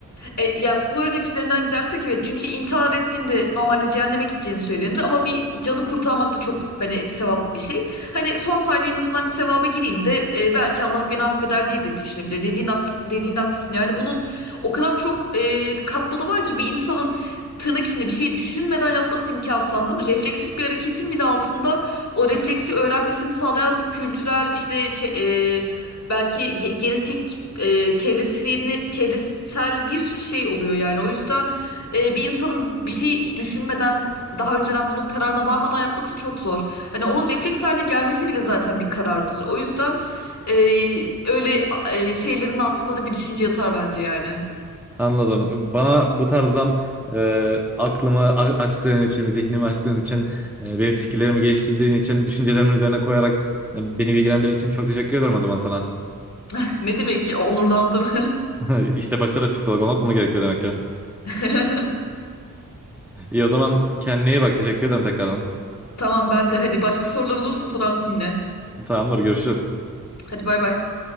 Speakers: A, on the left (about 50°); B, in the centre.
A: E, ya bu örnek üzerinden gidersek evet çünkü intihar ettiğinde normalde cehenneme gideceğini söylenir ama bir canı kurtarmak da çok hani sevap bir şey. Hani son saniye en azından bir sevaba gireyim de e, belki Allah beni affeder diye de düşünebilir. Dediğin haksın, dediğin haklısın. Yani bunun o kadar çok e, katmanı var ki bir insanın tırnak içinde bir şey düşünmeden yapması imkansız değil mi? Refleksif bir hareketin bile altında o refleksi öğrenmesini sağlayan kültürel işte çe- e, belki ge- genetik e, çevresini çevresel bir sürü şey oluyor yani. O yüzden e, bir insanın bir şey düşünmeden daha önceden bunun kararına varmadan yapması çok zor. Hani onun refleks haline gelmesi bile zaten bir karardır. O yüzden e, öyle e, şeylerin altında da bir düşünce yatar bence yani.
B: Anladım. Bana bu tarzdan e, aklımı a- açtığın için, zihnimi açtığın için, e, benim fikirlerimi geliştirdiğin için, düşüncelerimin üzerine koyarak e, beni bilgilendirdiğin için çok teşekkür ederim o zaman sana.
A: <laughs> Ne demek ki onurlandım.
B: <laughs> İşte başta da psikolog olmak bunu gerekiyor demek ki.
A: <laughs>
B: İyi o zaman kendine iyi bak. Teşekkür ederim tekrardan.
A: Tamam ben de hadi başka soruların olursa sorarsın yine.
B: Tamamdır, görüşürüz.
A: Hadi bay bay.